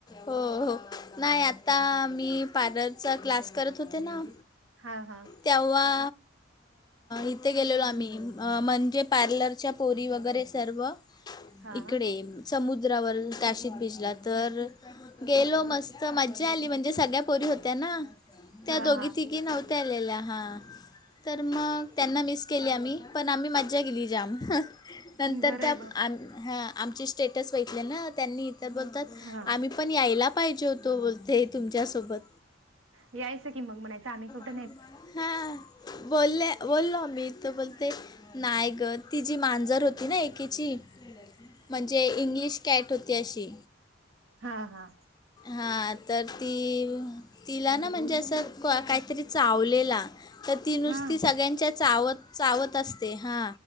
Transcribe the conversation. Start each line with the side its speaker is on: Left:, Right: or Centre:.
Left: हो हो नाही आता मी पार्लरचा क्लास करत होते ना.
Right: हा हा
Left: तेव्हा इथे गेलेलो आम्ही म्हणजे. पार्लरच्या पोरी वगैरे सर्व
Right: हा
Left: इकडे. समुद्रावर काशीत ब्रिजला तर गेलो मस्त मज्जा आली म्हणजे सगळ्या पोरी होत्या ना त्या
Right: हा
Left: दोघी
Right: हा
Left: तिघी नव्ह नव्हत्या आलेल्या हा तर मग त्यांना मिस केली आम्ही पण आम्ही मज्जा गेली. जाम नंतर
Right: बरं
Left: त्या
Right: आहे बाबा
Left: आमचे स्टेटस बघीतले ना त्यांनी तर बोलतात.
Right: हा
Left: आम्ही पण यायला पाहिजे होतो बोलते तुमच्यासोबत.
Right: यायंच की मग म्हणायं आम्ही कूठ
Left: हा बोलले बोललो आम्ही तर बोलते नायग. ती जी मांजर होती ना एकेची म्हणजे इंग्लिश कॅट होती अशी.
Right: हा हा
Left: हां तर ती तिला ना म्हणजे असं काहीतरी चावलेला. तर ती नुसती
Right: हा
Left: सगळ्यांच्या चावत चावत असते हा